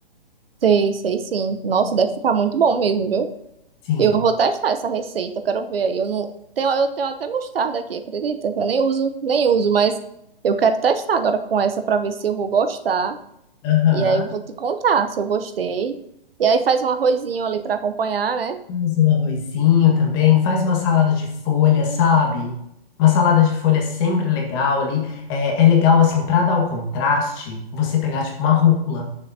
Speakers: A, on the right (about 70°); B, on the left (about 25°).
A: sei, sei sim. Nossa, deve ficar muito bom mesmo, viu?
B: Sim.
A: Eu vou testar essa receita, eu quero ver aí. Eu não tenho, eu tenho até mostarda aqui, acredita? Eu nem uso, nem uso, mas eu quero testar agora com essa pra ver se eu vou gostar.
B: Aham.
A: E aí eu vou te contar se eu gostei. E aí faz um arrozinho ali pra acompanhar, né?
B: Faz um arrozinho também, faz uma salada de folha, sabe? Uma salada de folha é sempre legal ali. É, é legal, assim, pra dar o contraste, você pegar, tipo, uma rúcula.